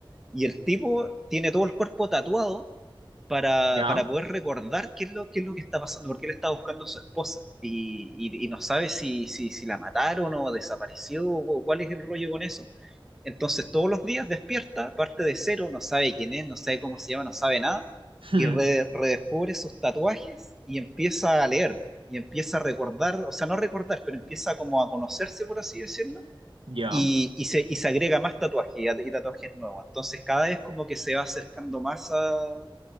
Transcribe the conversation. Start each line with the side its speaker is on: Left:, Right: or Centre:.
Centre: Y el tipo tiene todo el cuerpo tatuado para,
Right: ¿Ya?
Centre: para poder recordar qué es lo, qué es lo que está pasando, porque él está buscando a su esposa y, y- y no sabe si, si, si la mataron o desapareció o cuál es el rollo con eso. Entonces todos los días despierta, parte de cero, no sabe quién es, no sabe cómo se llama, no sabe nada
Right: <laughs>
Centre: y re- redescubre sus tatuajes y empieza a leer y empieza a recordar, o sea, no recordar, pero empieza como a conocerse, por así decirlo,
Right: Ya.
Centre: y, y se, y se agrega más tatuajes y, a- y tatuajes nuevos. Entonces cada vez como que se va acercando más a,